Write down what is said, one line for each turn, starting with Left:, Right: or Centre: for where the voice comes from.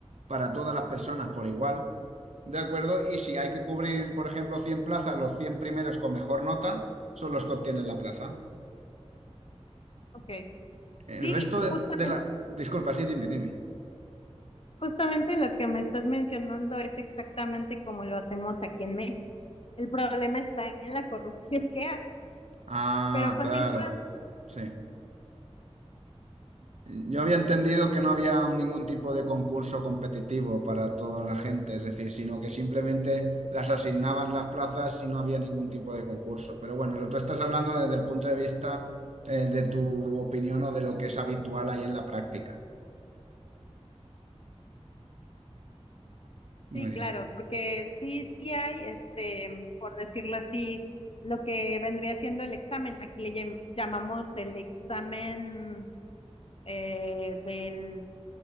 Right: para todas las personas por igual. ¿De acuerdo? Y si hay que cubrir, por ejemplo, 100 plazas, los 100 primeros con mejor nota son los que obtienen la plaza.
Left: Okay.
Right: El
Left: Sí,
Right: resto de,
Left: justamente,
Right: de la... Disculpa, sí, dime, dime.
Left: justamente lo que me estás mencionando es exactamente como lo hacemos aquí en México. El problema está en la corrupción que hay,
Right: Ah,
Left: pero continúa,
Right: claro, sí. Yo había entendido que no había ningún tipo de concurso competitivo para toda la gente, es decir, sino que simplemente las asignaban las plazas y no había ningún tipo de concurso. Pero bueno, lo tú estás hablando desde el punto de vista eh, de tu opinión o de lo que es habitual ahí en la práctica. Muy
Left: sí, claro,
Right: bien.
Left: porque sí, sí hay, este, por decirlo así, lo que vendría siendo el examen. Aquí le llam- llamamos el examen eh, del